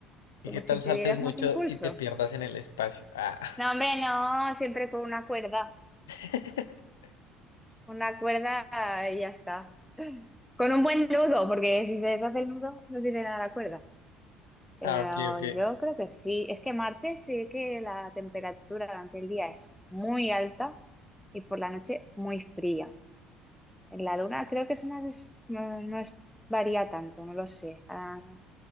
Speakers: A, on the left (about 80°); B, in the centre.
A: ¿Y
B: como
A: qué tal
B: si
A: saltes
B: te dieras
A: mucho
B: más impulso.
A: y te pierdas en el espacio? Ah.
B: No, hombre, no, siempre con una cuerda,
A: <laughs>
B: con una cuerda y ya está. Con un buen nudo, porque si se deshace el nudo, no sirve de nada la cuerda. Pero
A: Ah, ok, ok.
B: yo creo que sí. Es que Marte sí que la temperatura durante el día es muy alta y por la noche muy fría. En la luna creo que eso no es, no, no es- varía tanto, no lo sé. Ahora,